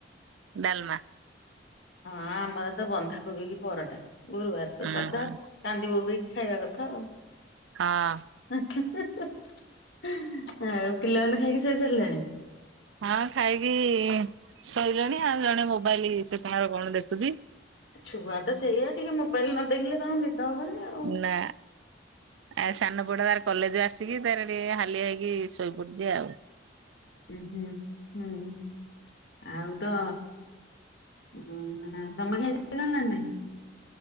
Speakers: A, on the right (about 80°); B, on the left (about 70°).
A: ଡାଲମା।
B: ହଁ ଆମର ତ ବନ୍ଧାକୋବିକି ପରଟା ଗୁରୁବାର ତ
A: ହୁଁ
B: ସାଧା।
A: ହୁଁ
B: କାନ୍ଦିବୋବେଇକି ଖାଇବା କଥା ଆଉ
A: ହଁ
B: <unintelligible> ଆଁ ଆଉ ପିଲାମାନେ ଖାଇକି ଶୋଇସାରିଲାଣି?
A: ହଁ ଖାଇକି ଶୋଇଲେଣି ଆ ଜଣେ ମୋବାଇଲ ସେ ତାର କଣ ଦେଖୁଛି।
B: ଛୁଆ ତ ସେଇଆା ଟିକେ ମୋବାଇଲ ନ ଦେଖିଲେ ତାଙ୍କୁନିଦ ହବନି ଆଉ ଉଁ
A: ନା। ଆଉ ସାନ ପୁଅଟା ତାର କଲେଜ ଆସିକି ତାର ଟିକେ ହାଲିଆ ହେଇକି ଶୋଇପଡିଛିିଆଉ।
B: ହୁଁ ହୁଁ ହୁଁ ଆଉ ତ ହୁଁ ହା ତମେ ଖାଇ ସାଇଲଣି ନା ନାଇଁ